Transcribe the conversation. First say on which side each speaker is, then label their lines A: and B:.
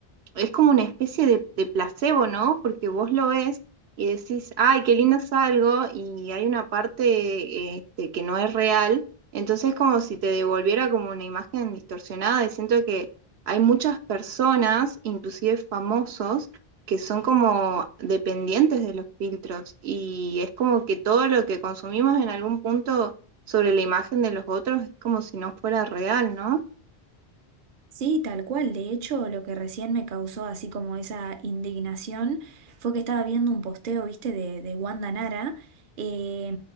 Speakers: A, on the right; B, on the right.
A: mm, es como una especie de, de placebo, ¿no? Porque vos lo ves y decís, ay, qué lindo salgo, y hay una parte eh, este, que no es real. Entonces, como si te devolviera como una imagen distorsionada. Y siento que hay muchas personas, inclusive famosos, que son como dependientes de los filtros y es como que todo lo que consumimos en algún punto sobre la imagen de los otros es como si no fuera real, ¿no?
B: Sí, tal cual. De hecho, lo que recién me causó así como esa indignación fue que estaba viendo un posteo, viste, de, de Wanda Nara. eh,